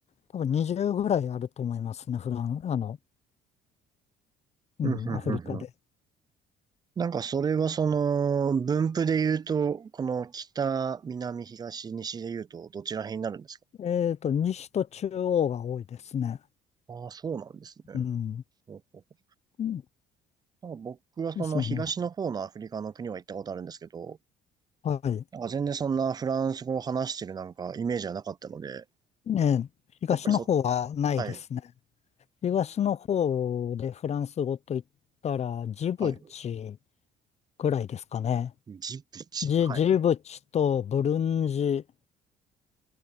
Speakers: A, on the left (about 40°); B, on the right (about 25°).
A: 多分20ぐらいあると思いますね、フラン、あの、うん、
B: うんうんうんうん。
A: アフリカで。
B: なんかそれはその分布で言うと、この北、南、東、西で言うとどちら辺になるんですか
A: えっと、西と中央が多いですね。
B: ああー、そうなんですね。
A: うん。
B: ほうほうほ
A: うん
B: うなんか僕はその東の方のアフリカの国は行ったことあるんですけど、
A: ですね。はい。
B: なんか全然そんなフランス語を話してるなんかイメージはなかったので、
A: ねえ、東の方はないですね。
B: やっぱりそ、はい、
A: 東の方でフランス語と言ったら、ジブチ
B: はい。
A: ぐらいですかね。
B: ジブチ、
A: ジ、
B: はい。
A: ジブチとブルンジ、